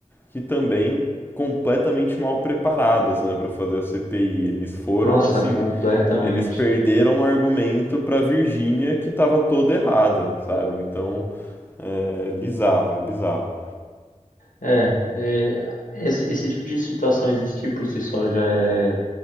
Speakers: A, on the left; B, on the left.
A: que também completamente mal preparados, né, para fazer a CPI. Eles foram
B: Nossa,
A: assim,
B: completamente.
A: eles perderam um argumento para Virgínia que estava toda errada, sabe? Então, é é bizarro, é bizarro.
B: É, é, esse, esse tipo de situação existir por si só já é,